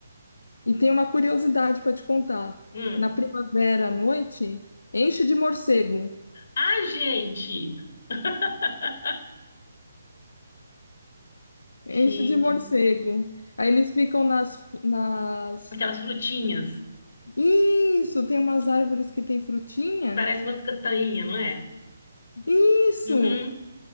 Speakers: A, on the left; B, on the left.
A: E tem uma curiosidade para te contar.
B: Hum.
A: Na primavera à noite, enche de morcego.
B: Ah, gente! <laughs>
A: Enche
B: Gente,
A: de morcego. Aí eles ficam nas, nas...
B: aquelas frutinhas.
A: Isso, tem umas árvores que tem frutinha.
B: Parece uma castanha, não é?
A: Isso!
B: Uhum.